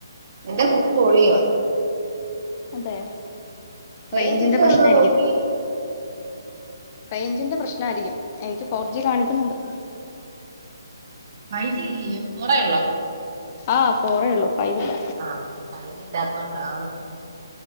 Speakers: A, on the right; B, on the left.
A: എന്റെ ഫുൾ വൊളീ യൊ
B: അതെ
A: റേഞ്ചിന്റെ
B: റേയ്ഞ്ചിന്റെ പ്രശ്നായിരിക്കും
A: ആന്നോ നോക്കി
B: റേയ്ഞ്ചിന്റെ പ്രശ്നായിരിക്കും എനിക്ക് ഫോർജികാണിക്കുന്നുണ്ട്
A: ഫൈജിഇല്ല്യോഫോറെഒള്ളോ
B: ആഹ് ഫോറേഒള്ളൂ ഫൈവില്ല
A: ആഹ് ഫൈവ് ല്ലാത്തൊണ്ടാന്ന്